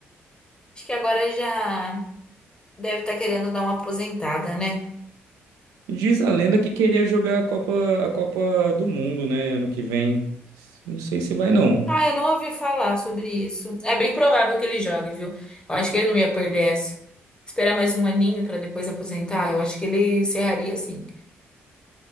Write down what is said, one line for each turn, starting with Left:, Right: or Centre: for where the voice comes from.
Left: Acho que agora já deve estar querendo dar uma aposentada, né?
Right: Diz a lenda que queria jogar a Copa, a Copa do Mundo, né, ano que vem. Não sei se vai, não.
Left: Ah, eu não ouvi falar sobre isso. É bem provável que ele jogue, viu? Eu acho que ele não ia perder essa. Esperar mais um aninho pra depois aposentar, eu acho que ele encerraria assim.